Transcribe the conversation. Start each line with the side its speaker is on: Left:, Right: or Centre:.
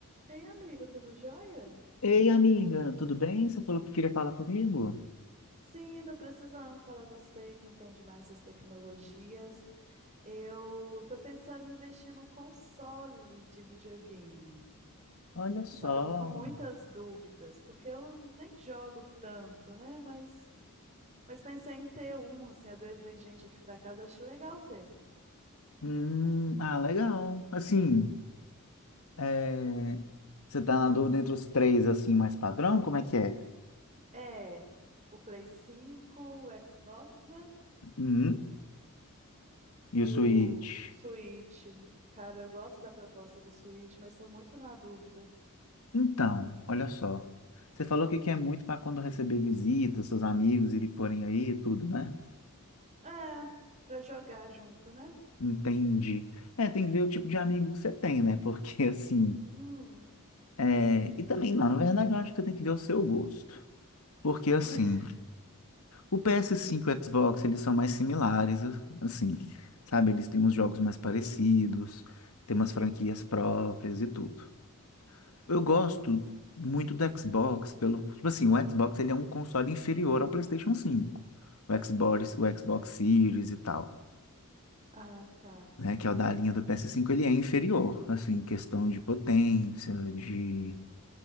Right: Ei, amigo, tudo jóia?
Left: Ei, amiga, tudo bem? Você falou que queria falar comigo?
Right: Sim, tô precisando falar com você que entende mais das tecnologias. Eu tô pensando em investir num console de videogame.
Left: Olha só.
Right: Só que eu tô com muitas dúvidas, porque eu nem jogo tanto, né? Mas, mas pensei em ter um, assim, às vezes vem gente aqui pra casa, acho legal ter.
Left: Hum, ah, legal. Assim, é, você tá na dúvida entre os três, assim, mais padrão? Como é que é?
Right: É, o Play cinco o Xbox, né?
Left: Hum, e
Right: E
Left: o suíte?
Right: o Switch. Cara, eu gosto da proposta do Switch, mas estou muito na dúvida.
Left: Então, olha só. Você falou que quer muito para quando receber visitas, seus amigos irem forem aí e tudo, né?
Right: É, pra jogar junto, né?
Left: Entendi. É, tem que ver o tipo de amigo que você tem, né? <laughs> Porque, assim...
Right: Hum.
Left: É, e também, não, na verdade, eu acho que você tem que ver o seu gosto. Porque, assim...
Right: <laughs>
Left: O PS5 e o Xbox, eles são mais similares, assim, sabe? Eles têm uns jogos mais parecidos, têm umas franquias
Right: Hum.
Left: próprias e tudo. Eu gosto muito do Xbox pelo, tipo assim, o Xbox ele é um console inferior ao PlayStation 5. O Xbox, o Xbox Series e tal,
Right: Ah, tá.
Left: né, que é o da linha do PS5, ele é inferior, assim, em questão de potência, de